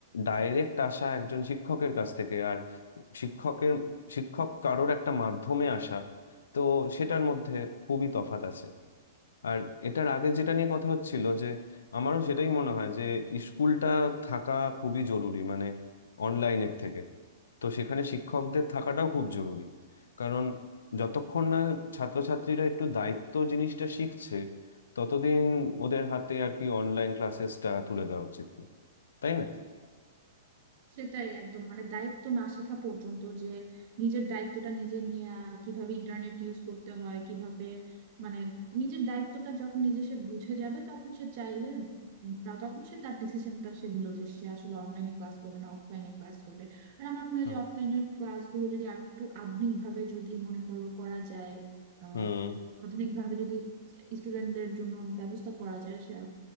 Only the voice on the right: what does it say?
সেটাই একদম মানে দায়িত্ব না শেখা পর্যন্ত যে নিজের দায়িত্বটা নিজে নেয়া কিভাবে ইন্টারনেট ইউজ করতে হয় কিভাবে মানে নিজের দায়িত্বটা যখন নিজে সে বুঝে যাবে তখন সে চাইলে উম, তা তখন সে তার ডিসিশনটা সে নিল যে সে আসলে অনলাইনে ক্লাস করবে না অফলাইনে ক্লাস করবে আর আমার মনে হয়
যে অফলাইনের ক্লাসগুলো যদি আরো একটু আধুনিক ভাবে যদি মনে করো করা যায় আহ
আধুনিক ভাবে যদি স্টুডেন্টদের জন্য ব্যবস্থা করা যায় সে